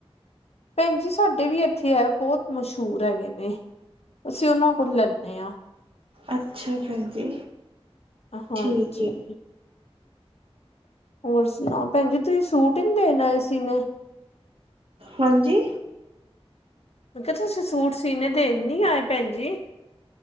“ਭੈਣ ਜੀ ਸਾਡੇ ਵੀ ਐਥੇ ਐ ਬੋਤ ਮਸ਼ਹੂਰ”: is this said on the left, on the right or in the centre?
Left